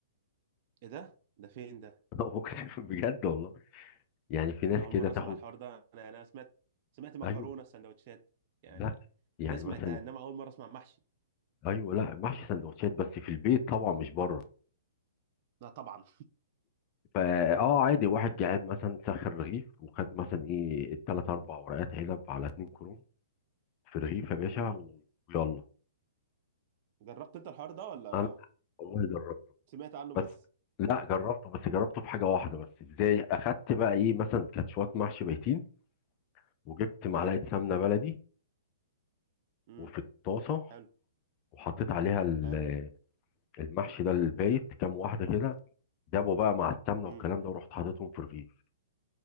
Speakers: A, on the right (about 45°); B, on the left (about 35°).
A: ايه ده ده فين ده
B: <laughs> بجد والله يعني في ناس
A: انا اول
B: كده
A: مره
B: تاخد
A: اسمع الحوار ده انا يعني انا سمعت سمعت مكرونه
B: ايوه
A: سندوتشات يعني
B: لا يعني
A: ده سمعتها
B: مثلا
A: انما اول مره اسمع محشي
B: ايوه لا محشي سندوتشات بس في البيت طبعا مش بره
A: لا طبعا
B: فا اه عادي واحد جعان مثلا سخن رغيف وخد مثلا ايه التلات اربع ورقات عنب على اتنين كروم في رغيف يا باشا
A: امم
B: ويلا
A: جربت انت الحوار ده ولا
B: انا والله جربت
A: سمعت عنه
B: بس
A: بس
B: لا جربته بس جربته في حاجه واحده بس ازاي اخدت بقى ايه مثلا كانت شويه محشي بيتين وجبت معلقه
A: ايوه
B: سمنه بلدي
A: امم
B: وفي الطاسه
A: حلو
B: وحطيت عليها ال-
A: حلو
B: المحشي ده البايت كام واحده كده جابوا بقى مع السمنه
A: امم
B: والكلام ده ورحت حاططهم في الرغيف